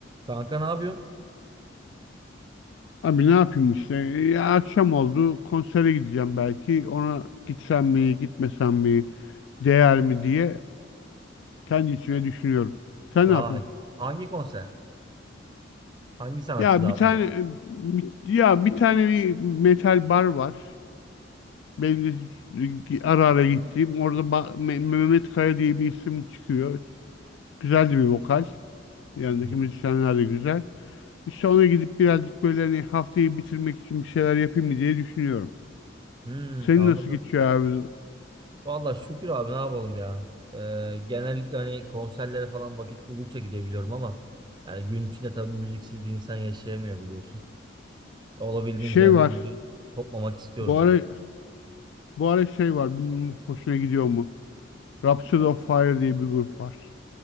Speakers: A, on the right (about 25°); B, on the left (about 70°).
A: Kanka ne yapıyorsun?
B: Abi ne yapayım işte? Ya akşam oldu. Konsere gideceğim belki. Ona gitsem mi, gitmesem mi, değer mi diye kendi içime düşünüyorum. Sen
A: Vay.
B: ne yapıyorsun?
A: Hangi konser? Hangi sanatçı
B: Ya
A: daha
B: bir tane
A: doğrusu?
B: bir- ya bir tane bir metal bar var. Benim de ara ara gittiğim. Orada ba- Me- Mehmet Kaya diye bir isim çıkıyor. Güzel de bir vokal. Yanındaki
A: Güzel.
B: müzisyenler de güzel. İşte ona gidip birazcık böyle hani haftayı bitirmek için bir şeyler yapayım mı diye düşünüyorum.
A: Hmm,
B: Senin
A: anladım.
B: nasıl geçiyor abi?
A: Valla şükür abi ne yapalım ya. Ee, genellikle hani konserlere falan vakit buldukça gidebiliyorum ama yani gün içinde tabii müziksiz de insan yaşayamıyor biliyorsun. Olabildiğince
B: Şey
A: hani
B: var.
A: müziği kopmamak istiyorum
B: Bu ara
A: ya.
B: bu ara şey var. Bilmiyorum hoşuna gidiyor mu? Rhapsody of Fire diye bir grup var.